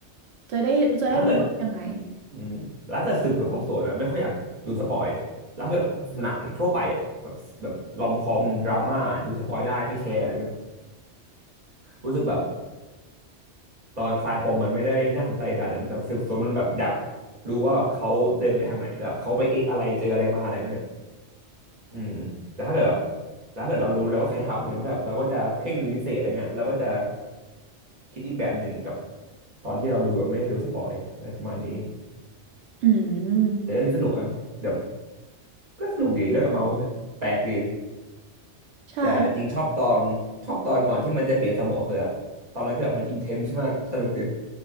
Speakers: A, on the right (about 70°); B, on the right (about 40°).
A: จะได้จะได้รู้ว่าเป็นยังไง
B: แต่ถ้าเกิดอืมแต่ถ้าเกิดสืบสวนสอบสวนอะไม่ค่อยอยากดูสปอยแต่ถ้าเกิดหนังทั่วไปอะแบบแบบรอมคอมดราม่าดูสปอยได้ไม่แคร์อะไรเงี้ยรู้สึกแบบตอนคลายปมมันไม่ได้น่าสนใจขนาดนั้นแบบสืบสวนมันแบบอยากรู้ว่าแบบเขาเดินไปทางไหนแล้วแบบเขาไปเอะอะไรเจออะไรมาอะไรเงี้ยเนี่ยอืมแต่ถ้าเกิดแบบแต่ถ้าเกิดเรารู้แล้วว่าใครทำเนี่ยมันก็แบบเราก็จะเพ่งเป็นพิเศษอะไรเงี้ยเราก็จะคิดอีกแบบหนึ่งกับตอนที่เราดูแบบไม่ได้ดูสปอยอะไรประมาณนี้
A: อืม
B: แต่เรื่องนี้สนุกอ่ะแบบก็สนุกดีเรื่องเมาส์เนี่ยแปลกดี
A: ใช่
B: แต่จริงชอบตอนชอบตอนก่อนที่มันจะเปลี่ยนสมองตัวอะตอนนั้นคือแบบมันอินเทนส์มากสนุกดี